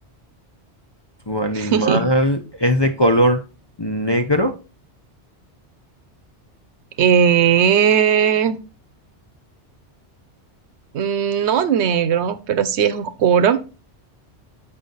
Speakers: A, on the left; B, on the right.
A: ¿Tu animal
B: <laughs>
A: es de color negro?
B: Eh, mm, no negro, pero sí es oscuro.